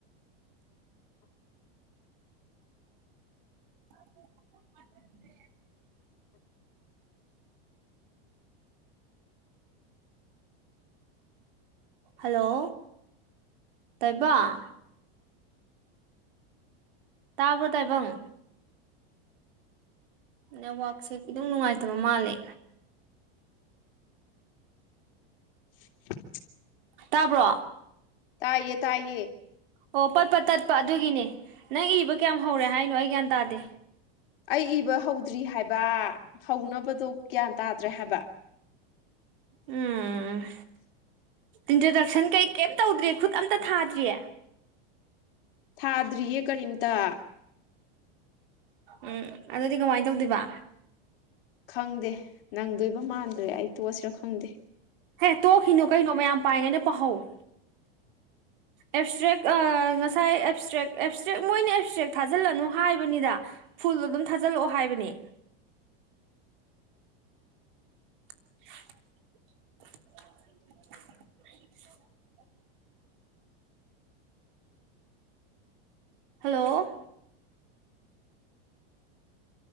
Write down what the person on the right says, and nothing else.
<unintelligible> ꯍꯜꯂꯣ ꯇꯥꯏꯕꯥꯪ ꯇꯥꯕ꯭ꯔ ꯇꯥꯏꯕꯥꯪ ꯅꯦꯠꯋꯥꯛꯁꯦ ꯏꯅꯨꯡ ꯅꯨꯡꯉꯥꯏꯇꯕ ꯃꯥꯜꯂꯦ
ꯇꯥꯕ꯭ꯔꯣ
ꯑꯣ ꯄꯠ ꯄꯠ ꯇꯠꯄ ꯑꯗꯨꯒꯤꯅꯦ ꯅꯪ ꯏꯕ ꯀꯌꯥꯝ ꯍꯧꯔꯦ ꯍꯥꯏꯅꯣ ꯑꯩ ꯒ꯭ꯌꯥꯟ ꯇꯥꯗꯦ
ꯎꯝ ꯏꯟꯇ꯭ꯔꯗꯛꯁꯟ ꯀꯩ ꯀꯩꯝ ꯇꯧꯗ꯭ꯔꯤ ꯈꯨꯠ ꯑꯝꯇ ꯊꯥꯗ꯭ꯔꯤ
ꯎꯝ ꯑꯗꯨꯗꯤ ꯀꯃꯥꯏꯅ ꯇꯧꯗꯣꯏꯕ
ꯍꯦ ꯇꯣꯛꯈꯤꯅꯨ ꯀꯩꯅꯣ ꯃꯌꯥꯝ ꯄꯥꯔꯤꯉꯩꯗ ꯄꯥꯍꯧ
ꯑꯦꯞꯁꯇ꯭ꯔꯦꯛ ꯉꯁꯥꯏ ꯑꯦꯞꯁꯇ꯭ꯔꯦꯛ ꯑꯦꯞꯁꯇ꯭ꯔꯦꯛ ꯃꯣꯏꯅ ꯑꯦꯞꯁꯇ꯭ꯔꯦꯛ ꯊꯥꯖꯤꯜꯂꯅꯨ ꯍꯥꯏꯕꯅꯤꯗ ꯐꯨꯜꯗꯣ ꯑꯗꯨꯝ ꯊꯥꯖꯤꯜꯂꯛꯑꯣ ꯍꯥꯏꯕꯅꯤ
<unintelligible> ꯍꯜꯂꯣ